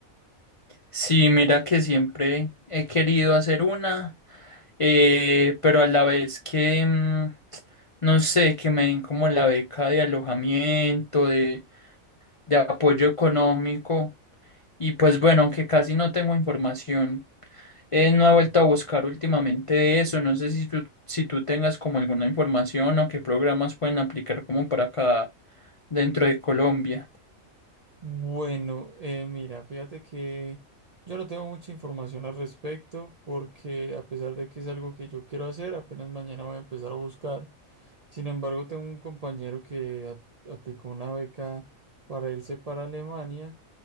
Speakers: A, on the left; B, on the right.
A: Sí, mira que siempre he querido hacer una, eh, pero a la vez que, mm, no sé, que me den como la beca de alojamiento, de, de apoyo económico. Y pues bueno, aunque casi no tengo información, eh, no he vuelto a buscar últimamente de eso. No sé si tú, si tú tengas como alguna información o qué programas pueden aplicar como para acá dentro de Colombia.
B: Bueno, eh, mira, fíjate que yo no tengo mucha información al respecto porque a pesar de que es algo que yo quiero hacer, apenas mañana voy a empezar a buscar. Sin embargo, tengo un compañero que a- aplicó una beca para irse para Alemania